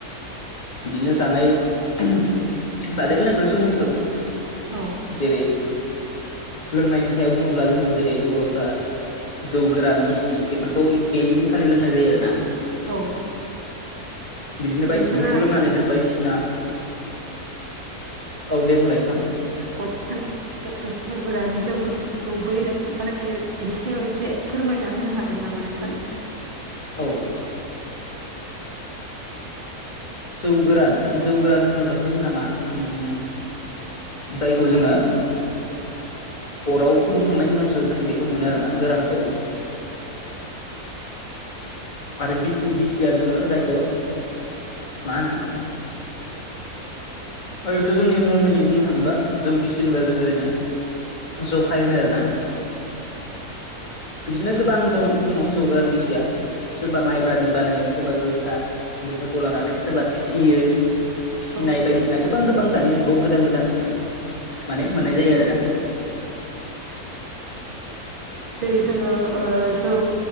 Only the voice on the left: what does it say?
बिदिनो जानाय जानाय लोंनायखौ जों मिथिखागौ
जेरै लोंनायनि सायाव बुङोब्ला जोङो जेरै बर'फ्रा जौ गोरान गिसि बेफोरखौ बे दिनखालि लोंनाय जायो आरो ना
बिदिनो बाय
बिफोरखौ लोंनानै जों बायदिसिना औ दे बुंलाय नोंथां
औ जौ गोरान जौ गोरान होनोब्लाथ' जोंना मा ओम जायखौ जोङो अराव फुदुंखांनायनि उनावसो जोङो बेखौ मोनो आरोना गोरानखौ आरो गिसि गिसिया जोङो जायखौ मा होनो ओरैथ' जोंनि नर्मेलि बुंनो थाङोब्ला जौ गिसि होनबा जों ओरैनो जखाय होनो आरो ना। बिदिनो गोबां दं जोंनाव जौ गोरान गिसिया सोरबा माइब्रानि बानायो सोरबा जोसा बेफोरखौ लानानै सोरबा फिसियो फिसिनाय
बायदिसिना गोबां गोबां दानि जुगाव गोदान गोदान माने मोननाय जायो आरो ना।